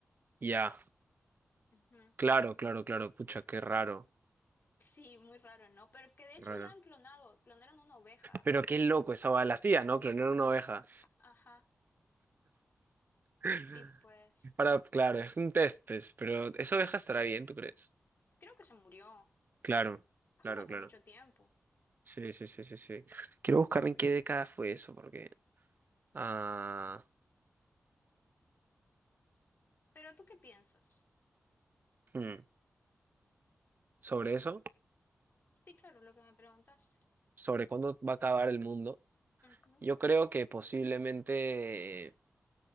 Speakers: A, on the right; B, on the left.
A: ya,
B: Ujú.
A: claro, claro, claro. Pucha, qué raro,
B: Sí, muy raro, ¿no? Pero que de
A: qué
B: hecho
A: raro.
B: ya han clonado, clonaron una oveja.
A: Pero qué loco esa oveja. La hacía, ¿no? Clonar una oveja.
B: Ajá,
A: <laughs>
B: sí, pues,
A: Para, claro, es un test, pues. Pero esa oveja estará bien, ¿tú crees?
B: creo que se murió.
A: Claro,
B: Eso
A: claro,
B: fue hace
A: claro.
B: mucho tiempo.
A: Sí, sí, sí, sí, sí. Quiero buscar en qué década fue eso, porque... Ah,
B: Pero ¿tú qué piensas?
A: hmm, Sobre eso,
B: Sí, claro, lo que me preguntaste.
A: sobre cuándo va a acabar el mundo.
B: Ujú.
A: Yo creo que posiblemente